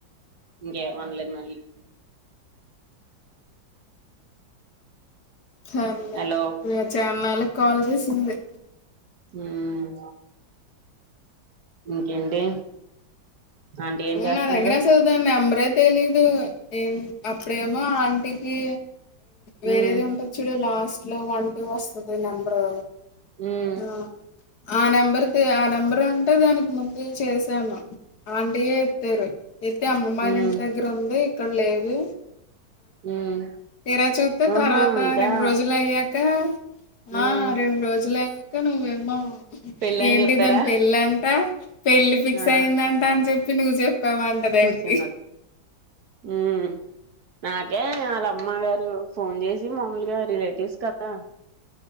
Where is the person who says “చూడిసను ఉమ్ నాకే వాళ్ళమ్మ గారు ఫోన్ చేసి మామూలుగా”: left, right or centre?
Right